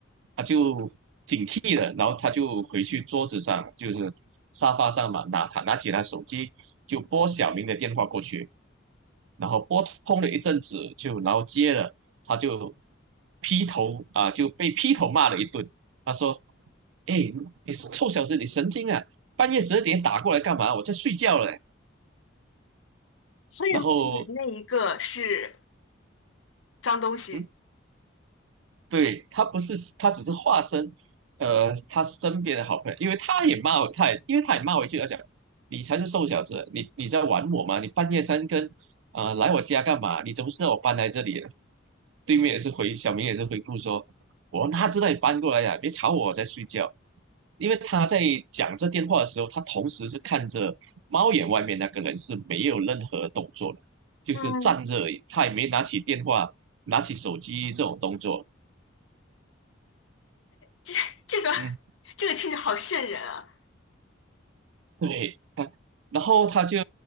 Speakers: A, on the right; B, on the left.
A: 他就警惕了，然后他就回去桌子上，就是沙发上嘛，拿他拿起他手机就拨小明的电话过去，然后拨通了一阵子就然后接了，他就劈头啊就被劈头骂了一顿，他说：“哎，你你臭小子，你神经啊！半夜十二点打过来干嘛？我在睡觉嘞。
B: 所以外面那一个是
A: 然后
B: 脏东西，
A: 嗯，对，他不是，他只是化身，呃，他身边的好朋友，因为他也骂我，他也，因为他也骂我一句，他讲，你才是瘦小子，你你在玩我吗？你半夜三更，呃，来我家干嘛？你怎么知道我搬来这里了？对面也是回，小明也是回复说，我哪知道你搬过来呀、别吵我，我在睡觉。因为他在讲这电话的时候，他同时是看着猫眼外面那个人是没有任何动作的，就是站着而已，
B: 嗯，
A: 他也没拿起电话、拿起手机这种动作。
B: 这这个
A: 嗯，
B: 这个听着好瘆人啊！
A: 对，他然后他就，